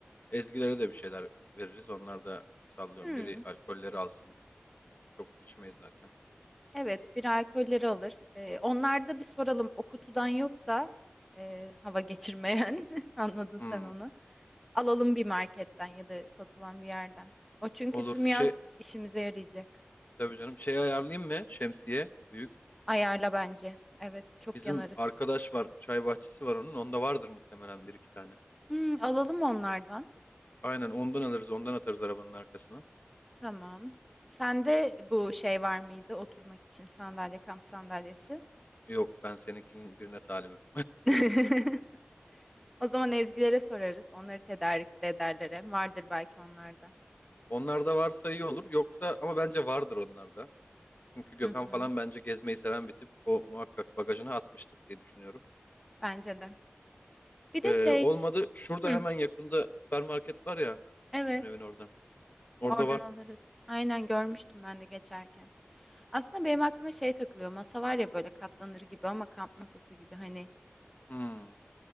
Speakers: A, on the left; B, in the centre.
A: Ezgilere de bir şeyler veririz. Onlar da sallıyorum.
B: Hmm,
A: Biri alkolleri alsın. Çok içmeyiz zaten.
B: evet bir alkolleri alır. E, onlarda bir soralım o kutudan yoksa e, hava geçirmeyen <laughs> anladın sen
A: Hmm,
B: onu. Alalım bir marketten ya da satılan bir yerden. O çünkü
A: olur.
B: tüm yaz
A: Şey
B: işimize yarayacak.
A: tabii canım. Şey ayarlayayım mı? Şemsiye. Büyük.
B: Ayarla bence. Evet çok
A: Bizim
B: yanarız.
A: arkadaş var. Çay bahçesi var onun. Onda vardır muhtemelen bir iki tane.
B: Hmm, alalım onlardan.
A: Aynen ondan alırız. Ondan atarız arabanın arkasına.
B: Tamam. Sende bu şey var mıydı oturmak için sandalye kamp sandalyesi?
A: Yok ben seninkinin birine talibim.
B: <laughs> O zaman Ezgilere sorarız. Onları tedarik de ederler. hem. Vardır belki onlarda.
A: <laughs> Onlarda varsa iyi olur. Yoksa ama bence vardır onlarda. Çünkü Gökhan
B: Hı hı.
A: falan bence gezmeyi seven bir tip. O muhakkak bagajına atmıştır diye düşünüyorum.
B: Bence de. Bir
A: Ee,
B: de şey.
A: olmadı. Şurada
B: Hı,
A: hemen yakında süpermarket var ya.
B: evet.
A: Bizim evin orada. Orada
B: Oradan
A: var.
B: alırız. Aynen görmüştüm ben de geçerken. Aslında benim aklıma şey takılıyor. Masa var ya böyle katlanır gibi ama kamp masası gibi hani
A: Hmm.